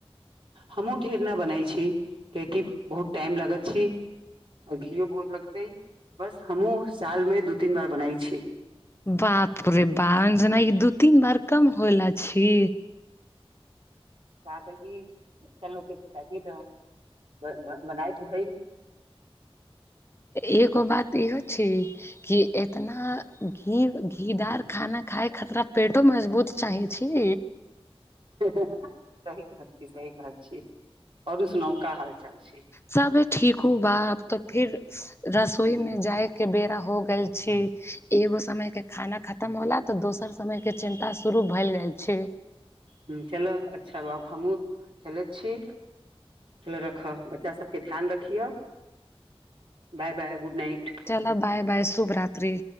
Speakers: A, on the right (about 60°); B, on the left (about 25°).
A: हमूँ ढेर न बनाै छी कियकि बहुत टाइम लगत छी आ घीो बहुत लगते बस हमहुँ साल में दू तीन बार बनाई छी
B: बाप रे बाप जेना ई दू तीन बार कम होला छी
A: त त क बच्चा लोकके शिक्षा क तरह बनाइत भेल
B: एगो बात इहो छै कि एतना घीव घी घीदार खाना खाय खतरा पेटो मजबूत चाहै छी
A: सही बात छी सही बात छी आओरु सुनाउ का हाल चाल छी
B: सब ठीक हू बा अब तऽ फिर रसोई मे जाय के बेरा हो गेल छी एगो समय के खाना खतम होला तऽ दोसर समय के चिन्ता शुरू भेलै गेल छै
A: ह चलो अच्छा बा हमहुँ चलैत छी रख बच्चा सबके ध्यान रखिह बाय बाय गुड नाइट
B: चलअ बाय बाय शुभ रात्री